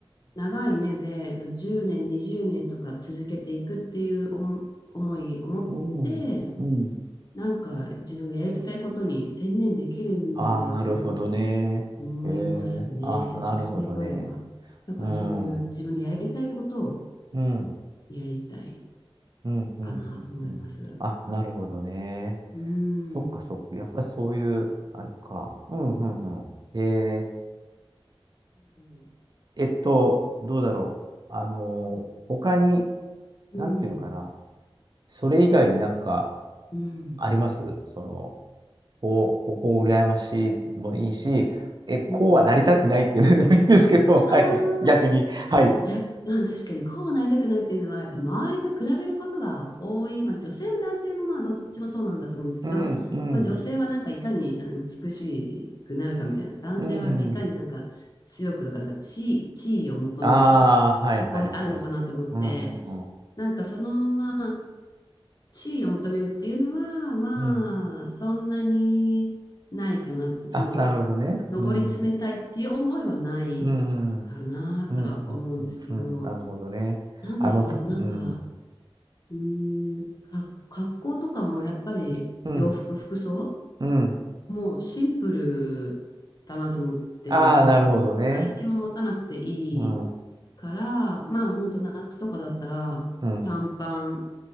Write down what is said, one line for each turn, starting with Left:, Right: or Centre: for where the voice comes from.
Left: 長い目で、まあ、10年、20年とか続けていくっていう思思いを持って、
Right: うん、うん、
Left: なんか自分がやりたいことに専念できるんじゃないかなと思いますね。
Right: ああ、なるほどね。ええ、あ、なるほどね。
Left: 女性よりは。だからそういう自分のやりたいことを
Right: うん、うん、うん、
Left: やりたい
Right: うん、うん、
Left: かなと思います。
Right: あ、なるほどね。
Left: うん。
Right: そっかそっか。やっぱりそういう、あれか。うんうんうん。へえ。
Left: うん。
Right: えっと、どうだろう。あのー、他に、
Left: うん。
Right: なんていうのかな。それ以外になんか
Left: うん
Right: ありますその、こう、ここ羨ましいもいいし、え、こうはなりたくないっていうのでもいいんですけど、
Left: うんうん。
Right: <laughs>
Left: はあ、
Right: はい。逆に。はい。
Left: だ、まあ、確かにこうはなりたくないっていうのは、やっぱ周りと比べることが多い、まあ、女性も男性もまあどっちもそうなんだと思うんですけど、
Right: うん、うん。
Left: まあ、女性はなんかいかにあの美しくなるかみたいな、男性はいかになんか強くとか、
Right: うん、うん。
Left: なんか地位、地位を求める傾向にあるのかなと思って、
Right: ああ、はいはいはい。うん、うん、うん。
Left: なんかそのまあ地位を求めるっていうのは、まあ、
Right: うん
Left: そんなにないかなって、その、
Right: あ、なるほどね。
Left: 上り詰めたいっていう思いはないかなとは思うんですけど、
Right: うん。うん、うん。うん、うん、うん、うんなるほどね。
Left: なんだろう、
Right: あの、た、
Left: あとなんか、
Right: うん、
Left: うーん、か、格好とかもやっぱり洋服、
Right: うん、
Left: 服装
Right: うん。
Left: もうシンプルだなと思って、
Right: ああ、
Left: なんかいろんなアイテム持たなくていい
Right: なるほどね。うん、うん、
Left: から、まあ本当夏とかだったら短パン、
Right: うん、